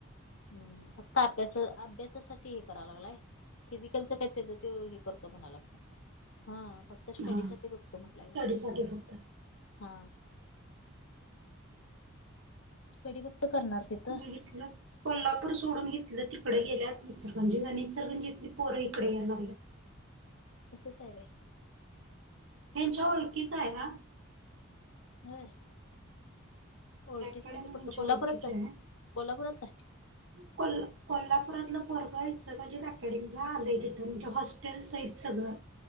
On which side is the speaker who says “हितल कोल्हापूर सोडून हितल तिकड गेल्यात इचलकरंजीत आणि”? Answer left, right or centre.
Right